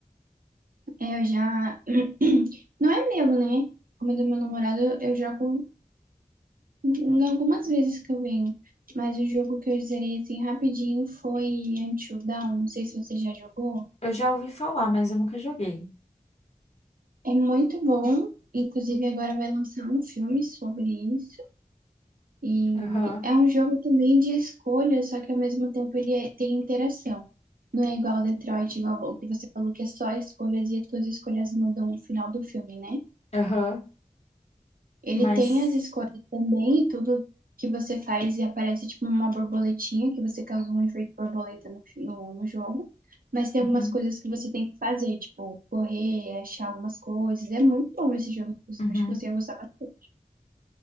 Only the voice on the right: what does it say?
É, eu já. <clears throat> Não é meu, né? Como é do meu namorado, eu jogo Em algumas vezes que eu venho. Mas o jogo que eu zerei assim rapidinho foi Until Dawn. Não sei se você já jogou.
É muito bom. Inclusive agora vai lançar um filme sobre isso. E
é um jogo também de escolha, só que ao mesmo tempo ele é- tem interação. Não é igual Detroit, igual o que você falou, que é só escolhas e as suas escolhas mudam o final do filme, né?
Ele
tem as escolhas também e tudo que você faz e aparece tipo uma borboletinha, que você causa um efeito borboleta no, fi- no, no jogo. Mas tem
algumas coisas que você tem que fazer, tipo correr, achar algumas coisas. É muito bom esse jogo, inclusive,
acho que você ia gostar bastante.